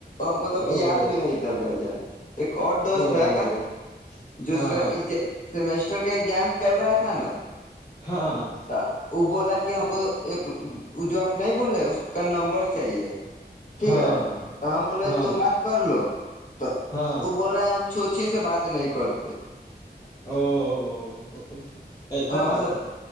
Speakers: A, on the left; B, on the left.
A: ہم کو تو
B: او
A: یاد بھی نہیں تھا بھ جان ایک اور دوست
B: او
A: ہے جو
B: ہاں
A: اس کا
B: ہاں
A: ایک سیمیسٹر کا ایگزام چل رہا تھا نا
B: ہاں
A: تو ابولا کہ ہم کو ایک وہ جو آپ نہیں بولے اس کا نمبر چاہیے ٹھیک
B: ہاں
A: ہے تو ہم بولے
B: ہاں
A: تم بات کر لو تو
B: ہاں
A: وہ بول رہا ہے ہم چھو اچھے سے بات نہیں کرتے
B: او ایسا
A: ہم
B: بات
A: س
B: ہے